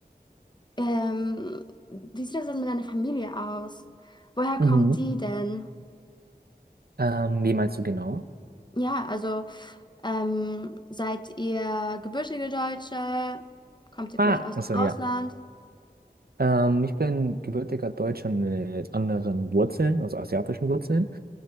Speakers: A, on the left (about 25°); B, on the right (about 65°).
A: ähm, wie sieht das denn mit deiner Familie aus? Woher kommt
B: Mhm.
A: die denn?
B: Ähm, wie meinst du genau?
A: Ja, also ähm, seid ihr gebürtige Deutsche? Kommt ihr
B: Ah,
A: vielleicht aus
B: also
A: dem Ausland?
B: ja. Ähm, ich bin gebürtiger Deutscher mit anderen Wurzeln, also asiatischen Wurzeln.